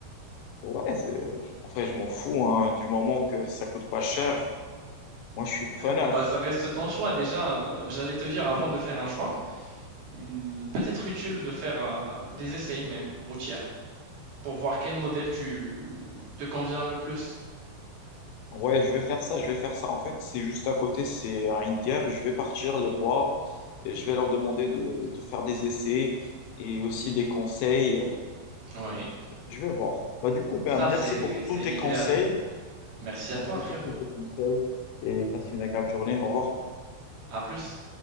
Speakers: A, on the left; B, on the right.
A: Ouais, c'est- en vrai, je m'en fous, hein, du moment que ça coûte pas cher. Moi, je suis preneur.
B: Ah bah ça reste ton choix. Déjà, euh, j'allais te dire avant de faire un choix. Il peut être utile de faire euh, des essais même routières pour voir quel modèle tu te convient le plus.
A: Ouais, je vais faire ça, je vais faire ça. En fait, c'est juste à côté, c'est à Indiab. Je vais partir les voir et je vais leur demander de, de faire des essais et aussi des conseils. Euh,
B: Oui,
A: Je vais voir. Bah, du coup, ben,
B: ça
A: merci
B: c'est
A: pour
B: c'est
A: tous tes
B: l'idéal.
A: conseils.
B: Merci
A: Merci
B: à toi frérot.
A: pour tous tes conseils et passe une agréable journée. Au revoir.
B: À plus.